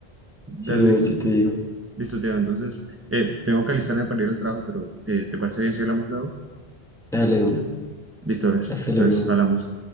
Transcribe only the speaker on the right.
Dale,
listo,
listo, Teo. Entonces, eh, tengo que alistarme para ir al trabajo, pero eh, ¿te parece bien si hablamos luego?
Listo, ves.
Entonces, hablamos.